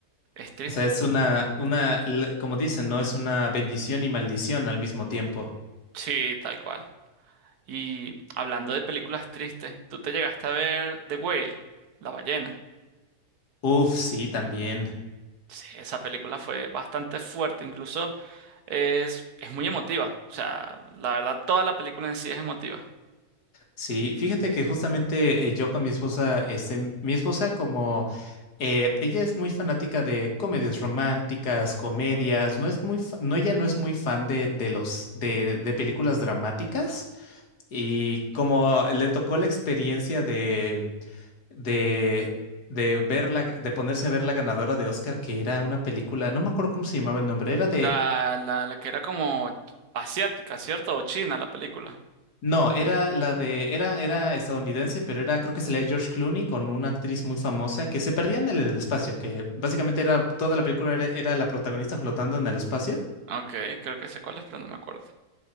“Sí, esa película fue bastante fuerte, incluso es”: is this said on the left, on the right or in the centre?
Right